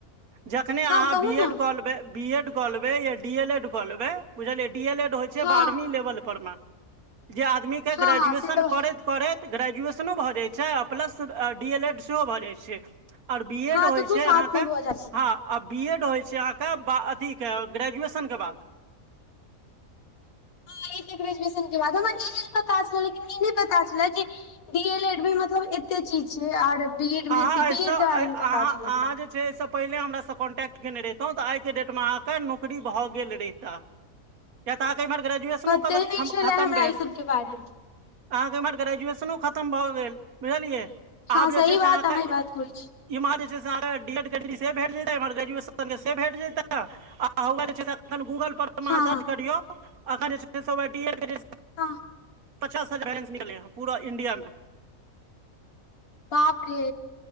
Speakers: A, on the right; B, on the left.
A: जखने
B: हँ
A: अहाँ
B: कहू
A: बी
B: ने
A: एड कऽ लेबै बी एड कऽ लेबे या डी एल एड कऽ लेबे बुझलियै डी एल एड होय छै
B: हँ
A: बारहवीं लेवल पर में जे आदमी कऽ
B: हँ
A: ग्रेजुएशन
B: हँ से तऽ
A: करैत करैत ग्रेजुएशनो भऽ जाय छै आ प्लस डी एल एड सेहो भऽ जाय छै आओर बी एड
B: हँ
A: होय
B: तऽ दू
A: छै
B: साथ
A: अहाँके
B: मे भऽ जाइ छै
A: हँ आ बी एड होइ छै अहाँके अथीके ग्रेजुएशनकऽ बाद
B: ह ई तऽ ग्रेजुएशन के बाद, हमरा ई चीज पता छल लेकिन ई नहि पता छलैय जे डी एल एड मे मतलब एते चीज छै आऔर बी एड
A: अहाँ
B: मे एते,
A: एहिसँ
B: बी एड
A: अहाँ
B: के बारे मे पता छलैय
A: अहाँ
B: हमरा
A: जे एहिसँ पहिले हमरासँ कॉन्टेक्ट केयने रहितहुँ तऽ आइ के डेटमे अहाँके नौकरी भऽ गेल रहिता किया तऽ अहाँके इमहर ग्रेजुएशनो
B: पते
A: ख
B: नहि छलै
A: खतम
B: हमरा
A: भेल
B: ई सबके बारेमे
A: अहाँके एमहर ग्रेजुएशनो खतम भऽ गेल बुझलियै
B: हँ
A: आब जे
B: सही
A: छै से
B: बात
A: अहाँके
B: अहाँ ई बात कहै छी
A: इम्हर जे छै अहाँके डी एल एड के डिग्रीसे भेट जैत इमहर ग्रेजएशन कऽ से भेट जयतैय आ उहाय जे छै एखन गूगल पर मे
B: हँ
A: अहाँ सर्च करियौ एखन जे छै डी एल एड के
B: हँ
A: पचास हजार वैकैंसी निकल्लै हं पूरा इंडिया में
B: बाप रे